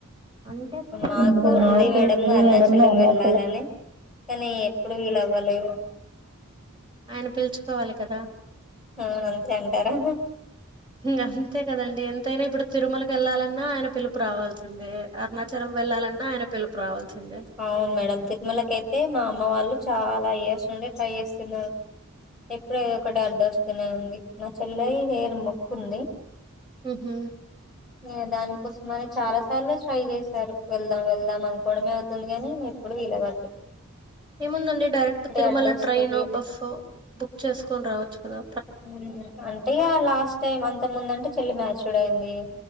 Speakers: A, on the right (about 20°); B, in the centre.
A: <unintelligible>
B: నాకు ఉంది మేడం అరుణాచలం వెళ్ళాలని కానీ ఎప్పుడూ వీలు అవ్వలేవు
A: ఆయన పిల్చుకోవాలి కదా
B: అవును అంతే అంటారా
A: ఇంగ అంతే కదండి ఎంతైనా ఇప్పుడు తిరుమలకు వెళ్లాలన్నా ఆయన పిలుపు రావల్ తిందే అరుణాచలం వెళ్లాలన్నా ఆయన పిలుపు రావాల్సిందే
B: అవును మేడం తిరుమలకి అయితే మా అమ్మ వాళ్ళు చాలా ఇయర్స్ నుండి ట్రై చేస్తున్నరు ఎప్పుడూ ఏదో ఒకటి అడ్డు వస్తూనే ఉంది నా చెల్లాయి హెయిర్ మొక్కు ఉంది
A: ఊహు
B: ఇగ దానికోసం అనే చాలా సార్లే ట్రై చేశారు వెళ్దాం వెళ్దాం అనుకోవడమే <inaudible> తుంది గానీ ఎప్పుడూ వీలు అవ్వట్లే
A: ఏముందండి డైరెక్ట్ తిరుమల
B: అడ్డొస్తది
A: ట్రైనో బస్సో బుక్ చేసుకొని రావచ్చు కదా
B: ఊ అంటే ఇగ లాస్ట్ టైం అంతకు ముంద అంటే చెల్లి మ్యాచ్చూడ్ అయ్యింది